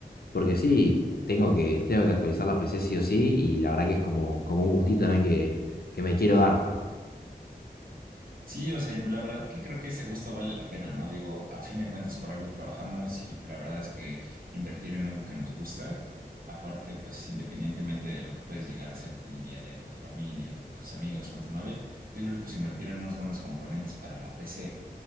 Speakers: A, on the left; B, on the right.
A: porque sí, tengo que, tengo que actualizar la PC sí o sí, y la verdad que es como, como un gustito también que, que me quiero dar.
B: Sí, o sea, pues la verdad que creo que ese gusto vale la pena, ¿no? Digo, a fin de cuentas por algo trabajamos y la verdad es que invertir en algo que nos gusta, aparte, pues independientemente de lo que puedes llegar a hacer tu día a día con tu familia, con tus amigos, con tu novia, yo creo que pues invertir en unos buenos componentes para la PC,